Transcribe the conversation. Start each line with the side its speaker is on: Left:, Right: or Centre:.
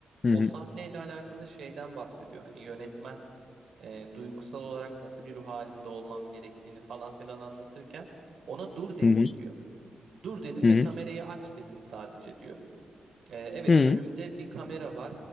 Left: Hı
Right: O
Left: hı.
Right: sahneyle alakalı şeyden bahsediyor. Hani yönetmen e, duygusal olarak nasıl bir ruh halimde olmam gerektiğini falan filan anlatırken ona dur dedim
Left: Hı hı.
Right: diyor. Dur dedim
Left: Hı
Right: ve
Left: hı.
Right: kamerayı aç dedim sadece diyor. Ee, evet
Left: Hı hı.
Right: önümde bir kamera var.